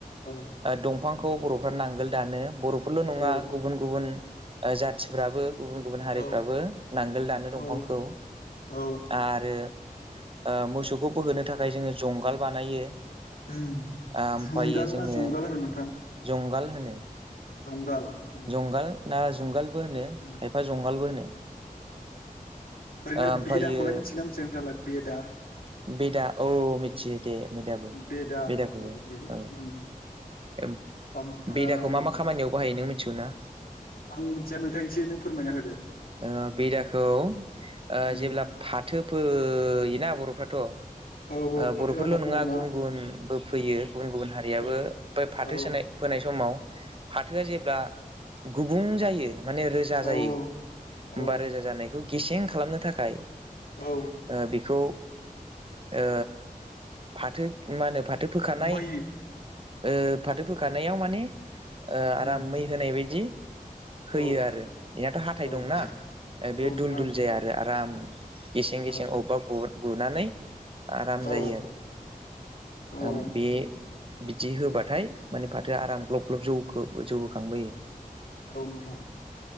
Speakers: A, on the left; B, on the right.
A: औ
B: दंफांखौ बर'फ्रा नांगोल दानो। बर'फोरल' नङा
A: औ
B: गुबुन गुबुन ओ जाथिफ्राबो गुबुन गुबुन हारिफ्राबो
A: औ
B: नांगोल दानो दंफांखौ
A: औ औ
B: आरो ओ मोसौखौ बोहोनो थाखाय जोङो जंगाल बानायो
A: उम
B: ओमफायो
A: जुंगाल
B: जोङो
A: ना जंगाल होनो नोंथां?
B: जंगाल होनो
A: जंगाल उम
B: जंगाल ना जुंगालबो होनो
A: उम
B: खायफा जंगालबो होनो
A: ओरैनो
B: ओमफायो
A: बेदाखौलाय मिथिगोना मिथिआ नोंथाङालाय बेदा
B: बेदा औ मिथियो दे बेदाबो
A: बेदा
B: बेदाखौबो
A: औ बेबो
B: औ।
A: उम ओमफ्राय
B: बेदाखौ मा मा खामानियाव बाहायो नों मिथिगौ ना
A: आं मिथिया नोंथां एसे नों फोरमायना होदो
B: ओ बेदाखौ ओ
A: उम
B: जेब्ला फाथो फोयोना बर'फ्राथ'
A: औ
B: ओ
A: फाथो
B: बर'फोरल'
A: आबाद
B: नङा
A: मावोना
B: गुबुन गुबुनबो फोयो गुबुन गुबुन हारियाबो
A: ओ
B: बै फाथो
A: औ उम
B: सोनाय फोनाय समाव फाथोआ जेब्ला गु बुं जायो माने रोजा
A: औ
B: जायो होमबा
A: औ
B: रोजा जानायखौ गेसें खालामनो थाखाय ओ
A: औ
B: बेखौ ओ फाथो मा होनो फा थो फोखानाय
A: मै
B: ओ फाथो फोखानायाव माने ओ आराम
A: उम
B: मै होनाय बायदि होयो
A: औ
B: आरो एनाथ' हा थाय
A: औ
B: दंना ओ
A: औ
B: बेयो
A: नोंथां
B: दुल दुल जाया आरो आराम गेसें गेसें
A: औ
B: अबेबा ग गुनानै आराम
A: औ
B: जायो आरो
A: औ
B: आं बे बिदि होबाथाय माने फाथो आराम ग्लब ग्लब जौगो जौहोखांबोयो
A: औ नोंथां